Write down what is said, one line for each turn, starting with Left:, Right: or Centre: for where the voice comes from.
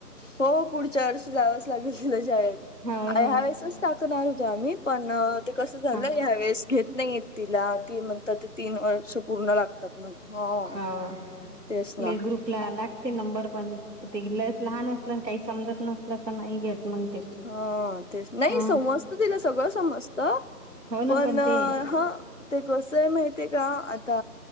Left: हो पुढच्या वर्षी जावंच लागेल तिला शाळेत.
Right: हो
Left: ह्या
Right: ना
Left: वेळेसच टाकणार होतो आम्ही पण ते कसं झालं
Right: हा
Left: ह्या वेळेस घेत नाहीयेत. तिला ती म्हणतात ते तीन वर्ष पूर्ण लागतात हो.
Right: हा.
Left: तेच ना.
Right: ला लागते नंबर पण ते ल लहान असलं काही समजत नसल तर नाही घेत. मग ते
Left: हा तेच नाही
Right: हा.
Left: समजतं तिला सगळं समजत
Right: हो ना
Left: पण
Right: ते
Left: हा. ते कसं आहे माहिती आहे का आता